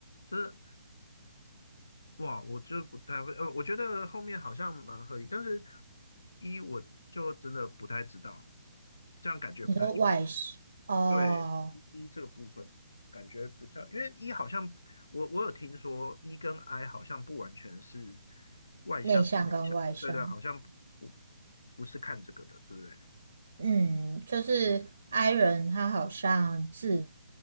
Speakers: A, on the left; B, on the right.
A: 这哇，我就不太会，呃，我觉得后面好像蛮合理，但是一我就真的不太知道，这样感觉不太。
B: 你说外向哦，
A: 对一一这个部分感觉比较，因为一好像我我有听说一跟 I 好像不完全是外向跟内向，
B: 内向跟外向，
A: 对对，好像不不不是看这个的，对不对？
B: 嗯，就是 i 人他好像自